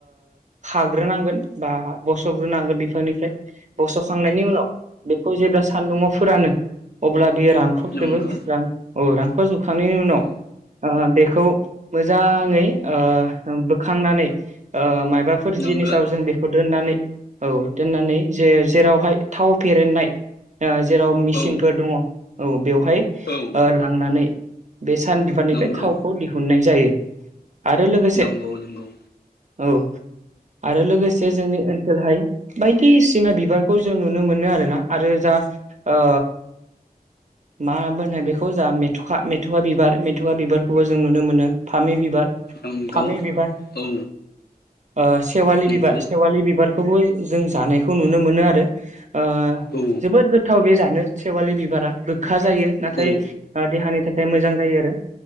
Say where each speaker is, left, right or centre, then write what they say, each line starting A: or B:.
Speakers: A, on the right; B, on the left.
A: खाग्रोनांगोन बा बसग्रोनांगोन बिफांनिफ्राय बसखांनायनि उनाव बेखौ जेब्ला सान्दुंङआव फोरानो अब्ला दै रानक्रबजोबो
B: नंगौ
A: स्रां औ रां न जुखांनायनि उनाव बेखौ मोजांङै बोखांनानै ओ मा माबाफोर
B: नंगो
A: जिनिसाव जों बेखौ दोननानै औ दोननानै जे जेरावहाय थाव फेरेननाय ओ जेराव मेसिनफोर
B: औ
A: दङ औ बेवहाय
B: औ
A: ओ लांनानै बे सान बिबारनिफ्राय
B: नंगौ
A: थावखौ दिहुननाय जायो। आरो लोगोसे
B: नंगौ नंगौ।
A: औ आरो लोगोसे जोंनि ओनसोलहाय बायदिसिना बिबारखौ जों नुनो मोनो आरोना आरो जा ओ मा होनो बेखौ जा मेथ'खा मेथ'खा बिबार मेथ'खाा बिबारखौबो जों नुनो मोनो फामि बिबार
B: नंगौ
A: फामि बिबार
B: औ
A: ओ सेवालि
B: नंगौ
A: बिबार सेवलि बिबार बे खौबो जों जानायखौ नुनो मोनो आरो ओ
B: औ
A: जोबोद गोथाव बे जानो सेेवालि बिबारा गो खा जायो नाथाय
B: औ
A: देहानि थाखाय मोजां जायो आरो